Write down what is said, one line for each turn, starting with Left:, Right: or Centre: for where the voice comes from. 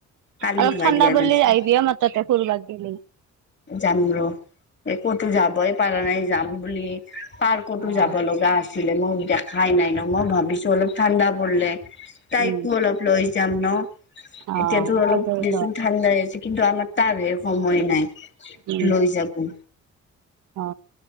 Left: কালি
Right: অলপ
Left: ধুৱাই
Right: ঠাণ্ডা
Left: দিয়া
Right: পৰলি
Left: নাছিল
Right: আহিবি আমা তাতে ফুৰবাক গেলি
Left: যাম ৰ একতো যাবই পাৰা নাই যাম বুলি পাৰ্কতো
Right: অ
Left: যাব লগা আছে। আছিলে মই দেখাই নাই ন মই ভাবিছোঁ অলপ ঠাণ্ডা পলে তাইকো
Right: উম
Left: অলপ লৈ যাম ন
Right: অ
Left: এতিয়াতো অলপ
Right: তাকেইতো
Left: দেচোন ঠা ঠাণ্ডাছে কিন্তু আমাৰ তাৰ হে সময় নাই
Right: উম
Left: লৈ যাব।
Right: অ